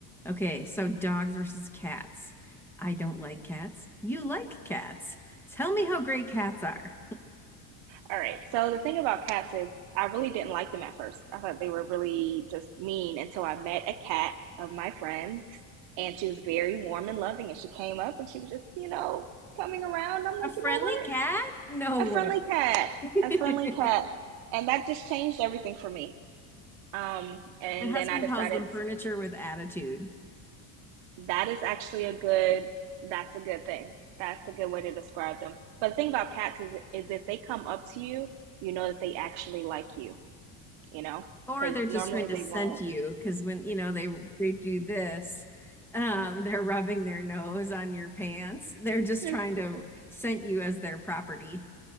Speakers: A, in the centre; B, on the right.
A: Okay, so dogs versus cats. I don't like cats. You like cats. Tell me how great cats are.
B: All right. So the thing about cats is I really didn't like them at first. I thought they were really just mean until I met a cat of my friend and she was very warm and loving and she came up and she was just, you know, coming around. I'm like,
A: A friendly
B: you know what?
A: cat? No
B: A friendly cat.
A: way.
B: A friendly
A: <laughs>
B: cat. And that just changed everything for me. Um, and
A: My husband
B: then I decided
A: calls them furniture with attitude,
B: that is actually a good that's a good thing. That's a good way to describe them. But the thing about cats is is if they come up to you, you know that they actually like you you know,
A: or
B: because
A: they're just
B: normally
A: trying to
B: they
A: scent
B: won't.
A: you because when you know they they do this, um, they're rubbing their nose on your pants. They're just
B: It's
A: trying to
B: just
A: scent you as their property.